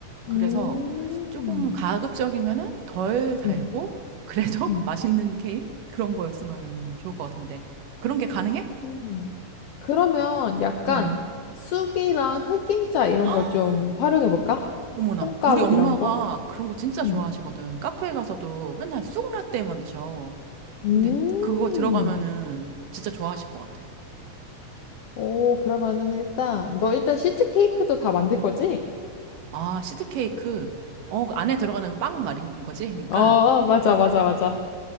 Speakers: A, on the right (about 80°); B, on the left (about 65°).
A: 그래서
B: 음,
A: 조금 가급적이면은 덜 달고
B: 음,
A: 그래도
B: 음,
A: <laughs> 맛있는 케이크 그런 거였으면은 좋을 것 같은데 그런 게 가능해?
B: 음. 그러면 약간
A: 음.
B: 쑥이랑 흑임자 이런
A: <gasps>
B: 걸 좀 활용해볼까?
A: 어머나,
B: 콩가루
A: 우리 엄마가
B: 이런 거?
A: 그런 거 진짜 좋아하시거든.
B: 음.
A: 카페에 가서도 맨날 쑥라떼만 드셔.
B: 음.
A: 근데 그거 들어가면은 진짜 좋아하실 것 같아.
B: 오, 그러면은 일단, 너 일단 시트 케이크도 다 만들 거지?
A: 아, 시드케이크. 어, 그 안에 들어가는 빵 말인 거지? 그러니까
B: 어, 어, 맞아, 맞아, 맞아.